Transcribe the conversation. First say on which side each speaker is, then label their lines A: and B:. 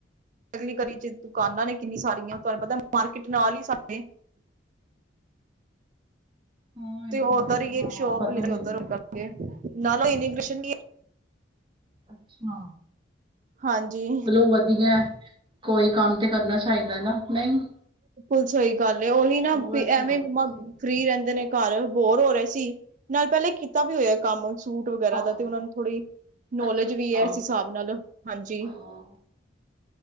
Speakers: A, on the right; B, on the right.
A: ਅਗਲੀ ਗੱਲੀ ਚ ਦੁਕਾਨਾਂ ਨੇ ਕਿੰਨੀ ਸਾਰੀਆਂ ਤੁਹਾਨੂੰ ਪਤਾ ਮਾਰਕੀਟ ਨਾਲ ਹੀ ਸਾਡੇ।
B: ਹਾਂ
A: ਤੇ
B: ਇਹ
A: ਉੱਧਰ
B: ਤਾਂ ਹੈ
A: ਹੀ
B: ਹਾਂ
A: ਸ਼ੋਪ
B: ਹਾਂ ਪਤਾ ਮੈਨੂੰ
A: ਉੱਧਰ ਕਰਨਣਗੇ ਨਾਲੇ ਇੰਨੀ ਕ੍ਰਿਸ਼ਨ
B: ਅੱਛਾ,
A: ਹਾਂਜੀ
B: ਮਤਲਬ ਵਧੀਆ। ਕੋਈ ਕੰਮ ਤੇ ਕਰਨਾ ਚਾਹੀਦਾ ਨਾ, ਨਹੀਂ।
A: ਬੲੀ ਸਈ ਗੱਲ ਏ ਉਹੀ ਨਾ
B: ਹੋਰ
A: ਵੀ
B: ਸੁਣਾਓ
A: ਐਵੇਂ ਮੰਮਾ
B: ਤੁਸੀਂ
A: ਫਰੀ ਰਹਿੰਦੇ ਨੇ ਘਰ ਬੋਰ ਹੋ ਰਹੇ ਸੀ ਨਾਲ ਪਹਿਲੇ ਕੀਤਾ ਵੀ ਹੋਇਆ ਕੰਮ। ਸੂਟ ਵਗੈਰਾ
B: ਹਾਂ
A: ਦਾ ਤੇ ਉਹਨਾਂ ਨੂੰ ਥੋੜ੍ਹੀ ਨੋਲੇਜ
B: ਅੱਛਾ ਅੱਛਾ
A: ਵੀ ਹੈ, ਇਸ ਹਿਸਾਬ ਨਾਲ, ਹਾਂਜੀ।
B: ਹਾਂ